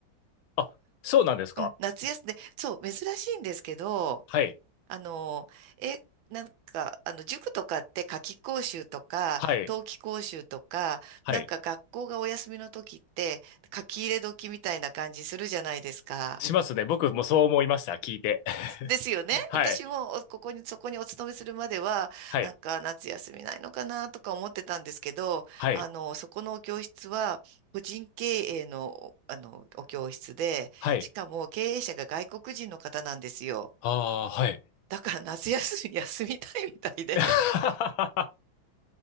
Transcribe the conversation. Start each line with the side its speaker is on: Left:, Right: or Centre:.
Left: あ、そうなんですか
Right: うん、夏休みで、そう、珍しいんですけど、
Left: はい。
Right: あの、え、なんか、あの、塾とかって夏期講習とか、
Left: はい。
Right: 冬季講習とか、
Left: はい。
Right: なんか学校がお休みの時って、書き入れ時みたいな感じするじゃないですか。
Left: しますね。僕もそう思いました。聞いて。<laughs>
Right: ですよね。
Left: はい。
Right: 私もおここに、そこにお勤めするまでは、
Left: はい。
Right: なんか夏休みないのかなとか思ってたんですけど、
Left: はい。
Right: あの、そこのお教室は、個人経営の、あの、お教室で、
Left: はい。
Right: しかも経営者が外国人の方なんですよ。
Left: ああ、はい。
Right: だから夏休み休みたいみたいで。
Left: <laughs>